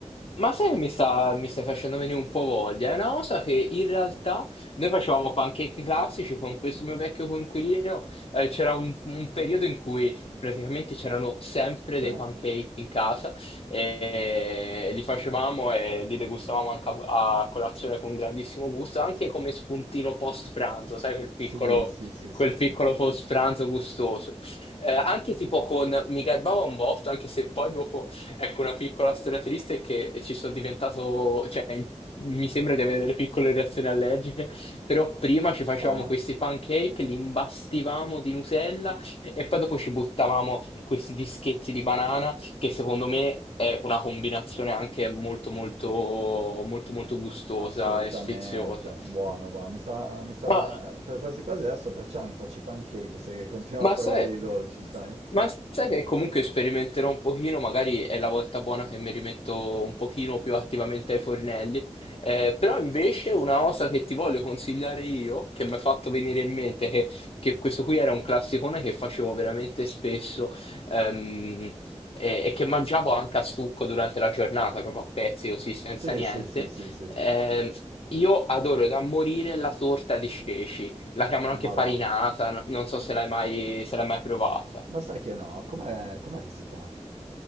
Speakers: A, on the left (about 55°); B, on the right (about 75°).
A: Ma sai che mi sta, mi stai facendo venire un po' voglia? È una cosa che in realtà noi facevamo pancake classici con questo mio vecchio coinquilino. eh, c'era un, un periodo in cui praticamente c'erano sempre
B: Cioè,
A: dei pancake in casa e li facevamo e li degustavamo anche a, a colazione con grandissimo gusto, anche come spuntino post pranzo, sai, quel piccolo,
B: sì, sì, sì,
A: quel
B: sì, sì,
A: piccolo post pranzo gustoso. Eh, anche tipo con, mi garbava un botto, anche se poi dopo Ecco, una piccola storia triste è che ci sono diventato, cioè in- mi sembra di avere delle piccole reazioni allergiche, però prima ci facevamo
B: ma va,
A: questi pancake, li imbastivamo di Nutella e poi dopo ci buttavamo questi dischetti di banana, che secondo me è una combinazione anche molto molto molto molto gustosa
B: assolutamente,
A: e sfiziosa.
B: buono, buono. Mi sa, mi sa,
A: Ma,
B: qu- quasi quasi adesso perciò mi faccio i pancake se continuiamo
A: ma
B: a parlare
A: sai,
B: di dolci, sai?
A: ma sai che comunque sperimenterò un pochino, magari è la volta buona che mi rimetto un pochino più attivamente ai fornelli, Eh, però invece una cosa che ti voglio consigliare io, che mi ha fatto venire in mente, che, che questo qui era un classicone che facevo veramente spesso ehm, e, e che mangiavo anche a stucco durante la giornata, proprio a pezzi così, senza
B: Sì,
A: niente,
B: sì, sì, sì, sì,
A: eh, io adoro da morire la torta di ceci, la chiamano anche
B: ma
A: farinata,
B: va.
A: no- non so se l'hai mai, se l'hai mai provata.
B: Ma sai che no, com'è, com'è che si fa?